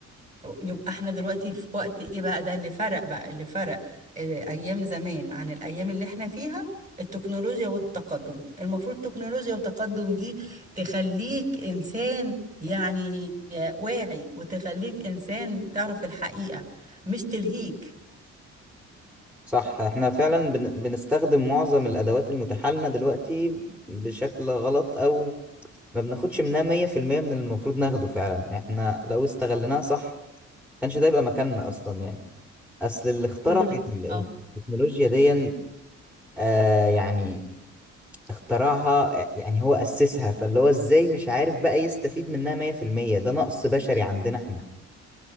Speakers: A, on the right; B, in the centre.
A: يبقى احنا دلوقتي في وقت ايه بقى ده اللي فرق بقى اللي فرق اه، ايام زمان عن الايام اللي احنا فيها التكنولوجيا والتقدم المفروض التكنولوجيا والتقدم دي تخليك انسان يعني واعي وتخليك انسان تعرف الحقيقة مش تلهيك
B: صح احنا فعلا بن... بنستخدم معظم الادوات المتاحة لنا دلوقتي بشكل غلط او ما بناخدش منها 100% من اللي المفروض ناخده فعلا احنا لو استغلناها صح كانش ده يبقى مكاننا اصلا يعني اصل اللي اخترع
A: كل
B: ال-
A: اه
B: التكنولوجيا دي آه يعني اخترعها يعني هو أسسها فاللي هو ازاي مش عارف بقى يستفيد منها 100% ده نقص بشري عندنا احنا